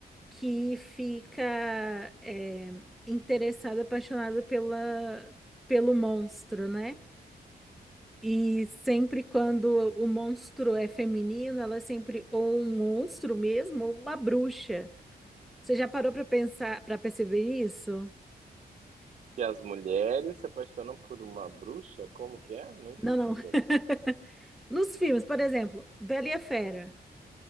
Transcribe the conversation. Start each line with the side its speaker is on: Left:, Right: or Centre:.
Centre: que fica é, interessada, apaixonada pela, pelo monstro, né? E sempre quando o monstro é feminino, ela é sempre ou um monstro mesmo, ou uma bruxa. Você já parou para pensar, para perceber isso?
Right: Que as mulheres se apaixonam por uma bruxa? Como que é? Não entendi
Centre: Não, não. <laughs>
Right: bem.
Centre: Nos filmes, por exemplo, Bela e a Fera.